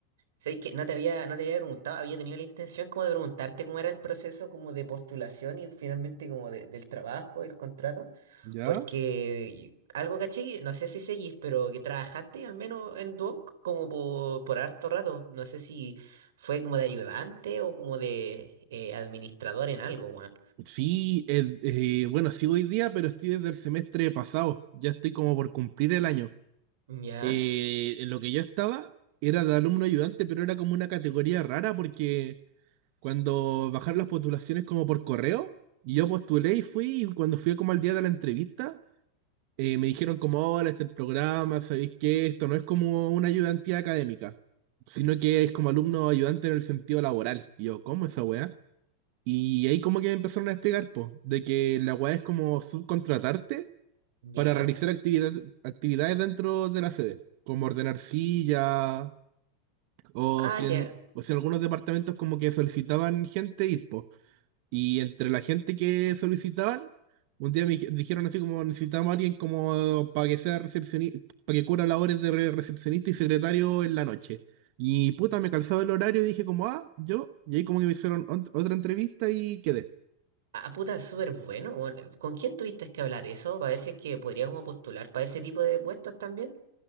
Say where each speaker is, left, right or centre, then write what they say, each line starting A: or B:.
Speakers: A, on the right; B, on the right.
A: ¿sabes qué? No te había, no te había preguntado, había tenido la intención como de preguntarte cómo era el proceso como de postulación y finalmente como de- del trabajo, el contrato.
B: ¿ya?
A: Porque algo caché, no sé si seguís, pero que trabajaste al menos en Duoc como por, por harto rato. No sé si fue como de ayudante o como de eh, administrador en algo, weón.
B: Sí, eh, eh, bueno, sigo hoy día, pero estoy desde el semestre pasado. Ya estoy como por cumplir el año.
A: Ya,
B: Eh, en lo que yo estaba era de alumno ayudante, pero era como una categoría rara porque cuando bajaron las postulaciones como por correo, y yo postulé y fui, y cuando fui como al día de la entrevista, eh, me dijeron como, ahora este es el programa, sabéis que esto no es como una ayudantía académica, sino que es como alumno ayudante en el sentido laboral. Y yo, ¿cómo esa weá? Y ahí como que me empezaron a explicar, po, de que la weá es como subcontratarte
A: ya.
B: para realizar actividad- actividades dentro de la sede, como ordenar sillas, o
A: Ah,
B: si
A: ya.
B: en, o si en algunos departamentos como que solicitaban gente ir, po. Y entre la gente que solicitaban, un día me dij- dijeron así como necesitamos a alguien como para que sea recepcionista, para que cubra labores de re- recepcionista y secretario en la noche. Y puta, me calzaba el horario y dije como, ah, yo, y ahí como que me hicieron ont- otra entrevista y quedé.
A: Ah, puta, es súper bueno, weón. ¿Con quién tuviste que hablar eso? Para ver si es que podría como postular para ese tipo de puestos también.